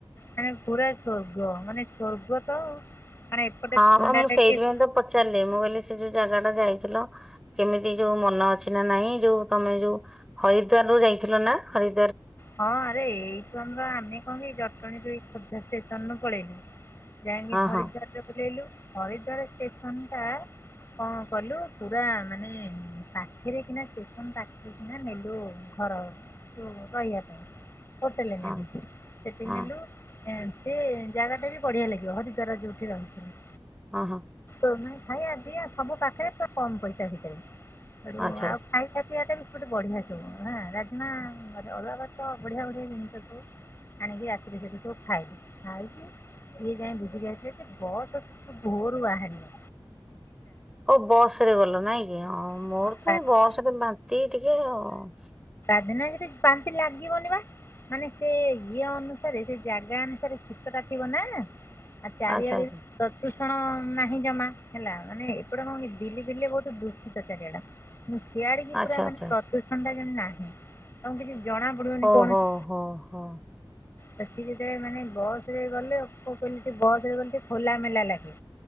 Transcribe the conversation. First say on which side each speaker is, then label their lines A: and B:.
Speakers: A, on the left; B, in the centre.
A: ମାନେ ପୁରା ସ୍ୱର୍ଗ ମାନେ ସୋର୍ଗ ତ ଆଉ। ମାନେ ଏପଟେ
B: ହଁ
A: ଥଣ୍ଡା
B: ବା ମୁଁ
A: ଲାଗେ
B: ସେଇଥିପାଇଁ ତ ପଚାରିଲି ମୁଁ କହିଲି ସେ ଯୋଉ ଜାଗା ଟା ଯାଇଥିଲ କେମିତି ଯୋଉ ମନ ଅଛି ନା ନାଇଁ ଯୋଉ ତମେ ଯୋଉ ହରିଦ୍ୱାର ଯାଇଥିଲ ନା ହରି
A: ହଁ ଆରେ ଏଇଠୁ ଆମେ ବା ଆମେ କଣ କି ଜଟଣୀରୁୁ ଏଇ ଖୋର୍ଦ୍ଧା ଷ୍ଟେସନରୁୁ ପଳେଇଲୁ। ଯାଇକି
B: ହଁ
A: ହରିଦ୍ୱାର
B: ହଁ
A: ରେ ଓହ୍ଲେଇଲୁ। ହରିଦ୍ୱାର ଷ୍ଟେସନ ଟା କଣ କଲୁ ପୁରା ମାନେ ପାଖରେ କିନା ଷ୍ଟେସନ୍ ପାଖରେ କିନା ନେଲୁ ଘ ଯୋଉ ରହିବା ପାଇଁ। ହୋଟେଲ
B: ହଁ
A: ନେଲୁ ସେଠି
B: ହଁ
A: ନେଲୁ ଏମିତି ଜାଗା ଟା ବି ବଢିଆ ଲାଗିବ ହରିଦ୍ୱାର ଯୋଉଠି ରହୁଥିଲୁ।
B: ହଁ ହଁ।
A: ଖାଇବା ପିଇବା ସବୁ ପାଖରେ ପୁରା କମ ପଇସା ଭିତରେ। ହେଠୁ
B: ଆଚ୍ଛା ଆଚ୍ଛା।
A: ଆଉ ଖାଇ ଖିଆଟା ପି ସେପଟେ ବଢିଆ ସବୁ। ଆଁ ରାଜମା ଅରୁଆ ଭାତ ବଢିଆ ବଢିଆ ଜିନିଷ ସବୁ। ଆଣିକି ରାତିରେ କେବେ କେବେ ଖାଏ। ଖାଇକି ଇଏ ଯାଇକି ବୁଝି କି ଆସିଲେ ଯେ ବସ୍ ସେଠୁ ଭୋର୍ ରୁ ବାହାରିନି।
B: ହଁ ବସ ରେ ଗଲ ନାଇଁ କି। ହଁ ମୋର
A: ଆମେ
B: ତ ଏ ବସରେ ବାନ୍ତି। <unintelligible>
A: <unintelligible> ବାନ୍ତି ଲାଗିବନି ବା। ମାନେ ସେ ଇଏ ଅନୁସାରେ ସେ ଜାଗା ଅନୁସାରେ ଶୀତଟା ଥିବ ନା। ଆ ଚାରିଆଡେ।
B: ଆଚ୍ଛା ଆଚ୍ଛା
A: <unintelligible> ଷଣ ନାହିଁ ଜମା। ହେଲା ମାନେ ଏପଟେ କଣ ଦିଲ୍ଲୀ ଫିଲି ରେ ବହୁତ ଦୂଷିତ ଚାରିଆଡ। ସିଆଡେ ବି
B: ଆଚ୍ଛା
A: ପୁରା
B: ଆଚ୍ଛା
A: ମାନେ ପ୍ରଦୂଷଣ ଟା ଯେମିତି ନାହିଁ। ତମକୁ କିଛି ଜଣା ପଡିବନି
B: ଓ
A: କୌଣସି
B: ହୋ ହଁ ହଁ।
A: ସେଠି ଯେତେବେଳେ ମାନେ ବସ ରେ ଗଲେ କ କହିଲେ ବସ ରେ ଗଲେ ଟିକେ ଖୋଲା ମେଲା ଲାଗେ।